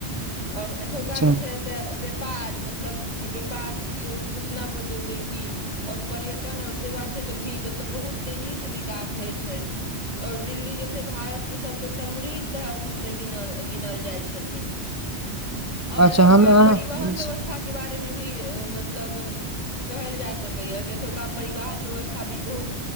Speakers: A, on the left (about 35°); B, on the right (about 25°).
A: आओर एथौका
B: अच्छा
A: जे छैथ। व्यापार मतलब व्यापार उद्योग सूचना प्रौद्योगिकी और पर्यटन आओर सेवा क्षेत्र भी मतलब बहुत तेजीसँ विकास होइ छै और दिल्ली जे छै भारतके सभसँ समृद्ध शहरमे सँ गिनल गिनल जाइ छथिन। और
B: अच्छा
A: एथौका।
B: हमे अहाँ
A: परिवहन व्यवस्था के बार बारे मे भी मतलब कहल जा सकै या कि एथौका परिवाहन व्यवस्था भी बहुत